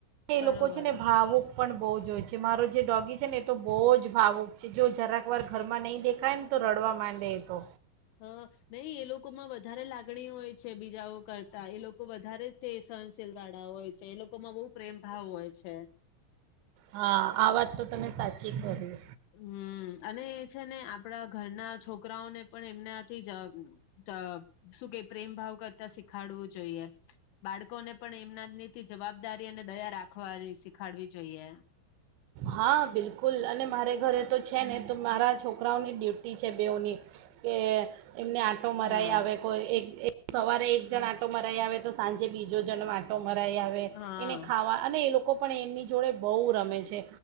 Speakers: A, on the right; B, on the left.
A: એ
B: બરોબર
A: લોકો છે ને ભાવુક પણ બહુ જો હોઈ. છે મારો જે ડોગી છે ને એ તો બહુ જ ભાવુક છે જો જરાક વાર ઘરમાં નહીં દેખાય ને તો રડવા માંડે એ તો.
B: હમ્મ નહી એ લોકો માં વધારે લાગણી હોય છે. બીજાઓ કરતા એ લોકો વધારે. તેસ. સહનસિલવાડા હોય છે એ લોકોમાં બહુ પ્રેમ ભાવ હોય છે.
A: હા આ વાત તો તમે સાચી કરી.
B: હમ્મ અને. છે ને આપણા ઘરના છોકરાઓને પણ એમનાથી જ અ ત શું કે પ્રેમ ભાવ કરતા શીખાડવું જોઈએ. બાળકોને પણ એમના નીથી જવાબદારી અને દયા રાખવાની શીખાડવી જોઈએ.
A: હા બિલકુલ, અને મારે ઘરે તો છે ને તો મારા છોકરાઓની ડ્યુટી છે બેઓની કે એમને આટો મરાઈ
B: હા
A: આવે કોઈ એક સવારે એક જણ આંટો મરાઈ આવે તો સાંજે બીજો જણ આટ મરાઈ આવે
B: હા
A: એને ખાવા અને એ લોકો કો પણ એમની જોડે બહુ રમે છે.